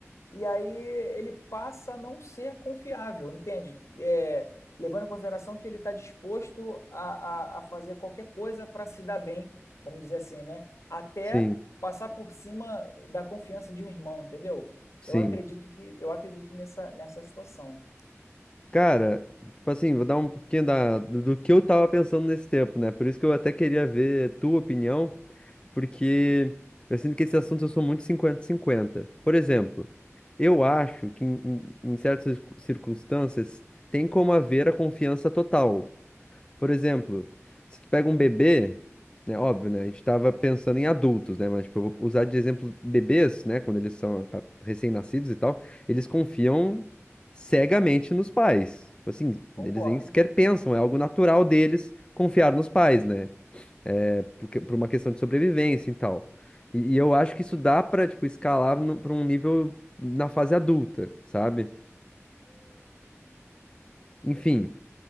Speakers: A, on the left (about 70°); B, on the left (about 20°).
A: e aí ele passa a não ser confiável, entende? É, levando em consideração que ele está disposto a, a, a fazer qualquer coisa para se dar bem, vamos dizer assim, né? Até
B: Sim,
A: passar por cima da confiança de um irmão, entendeu?
B: sim.
A: Eu acredito que eu acredito nessa, nessa situação.
B: Cara, tipo assim, vou dar um pouquinho da, do, do que eu tava pensando nesse tempo, né? Por isso que eu até queria ver tua opinião, porque eu sinto que esse assunto eu sou muito cinquenta-cinquenta. Por exemplo, eu acho que em, em- em certas circun- circunstâncias tem como haver a confiança total. Por exemplo, se tu pega um bebê, né, óbvio, né, a gente tava pensando em adultos, né, mas tipo, eu vou usar de exemplo bebês, né, quando eles são ah, recém-nascidos e tal, eles confiam cegamente nos pais. Tipo assim,
A: Concordo.
B: eles nem sequer pensam, é algo natural deles confiar nos pais, né, é, porque, por uma questão de sobrevivência e tal. E, e eu acho que isso dá pra, tipo, escalar no, pra um nível na fase adulta, sabe? Enfim,